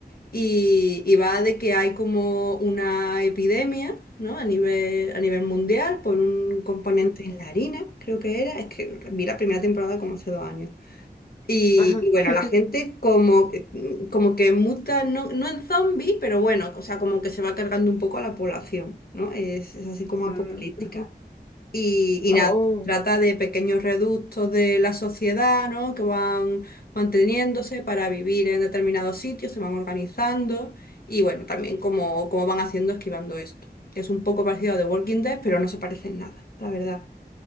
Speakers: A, on the left; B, on the left.
A: y, y va de que hay como una epidemia, ¿no? A nivel, a nivel mundial por un componente
B: ujú,
A: en la harina, creo que era. Es que vi la primera temporada como hace dos años. Y,
B: Ajá.
A: y
B: <laughs>
A: bueno, la gente como, como que muta, no, no en zombie, pero bueno, o sea, como que se va cargando un poco a la población, ¿no? Es, es así como apocalíptica.
B: Mm, ujú.
A: Y, y
B: Oh,
A: nada, trata de pequeños reductos de la sociedad, ¿no? Que van manteniéndose para vivir en determinados sitios, se van organizando y bueno, también cómo, cómo van haciendo esquivando esto. Es un poco parecido a The Walking Dead, pero no se parece en nada, la verdad.